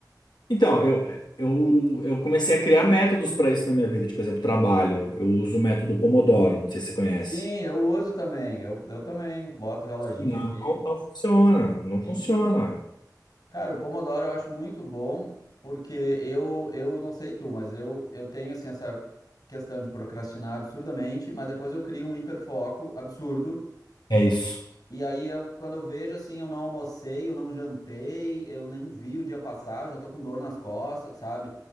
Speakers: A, on the left (about 85°); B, on the left (about 65°).
A: Então, eu, eu, eu comecei a criar métodos pra isso na minha vida. Tipo, por exemplo, trabalho. Eu uso o método Pomodoro, não sei se você conhece.
B: Sim, eu uso também. Eu, eu também boto o reloginho
A: Não,
B: aqui.
A: não funciona. Não
B: Sim.
A: funciona.
B: Cara, o Pomodoro eu acho muito bom, porque eu, eu não sei tu, mas eu, eu tenho assim essa questão de procrastinar absurdamente, mas depois eu crio um hiperfoco absurdo
A: É isso.
B: e aí, eu, quando eu vejo assim, eu não almocei, eu não jantei, eu nem vi o dia passar, eu já tô com dor nas costas, sabe?